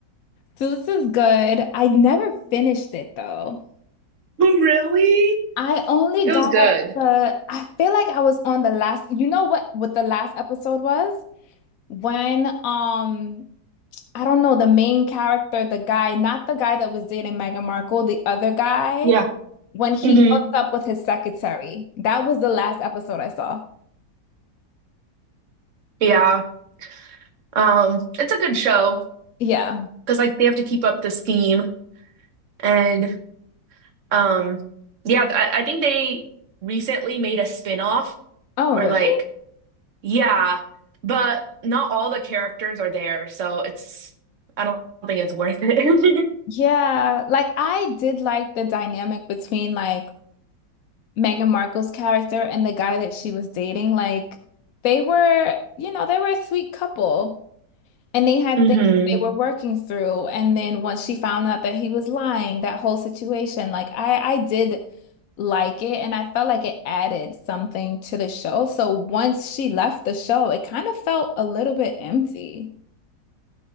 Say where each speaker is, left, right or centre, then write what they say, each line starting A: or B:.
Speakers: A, on the left; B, on the right.
A: Suits is good. I never finished it though.
B: Really?
A: I only
B: It
A: got
B: was good.
A: up to I feel like I was on the last you know what what the last episode was? When um I don't know the main character, the guy, not the guy that was dating Meghan Markle, the other guy,
B: Yeah.
A: when he
B: hmm
A: hooked up with his secretary. That was the last episode I saw.
B: Yeah. Um, it's a good show
A: Yeah.
B: because like they have to keep up this theme and um yeah, I, I think they recently made a spin-off
A: Oh,
B: or
A: really?
B: like yeah, but not all the characters are there, so it's I don't think it's worth it.
A: Yeah, like I did like the dynamic between like Meghan Markle's character and the guy that she was dating. Like they were, you know, they were a sweet couple and they had
B: <laughs> hmm
A: things that they were working through. And then once she found out that he was lying, that whole situation, like I I did like it and I felt like it added something to the show. So once she left the show, it kind of felt a little bit empty.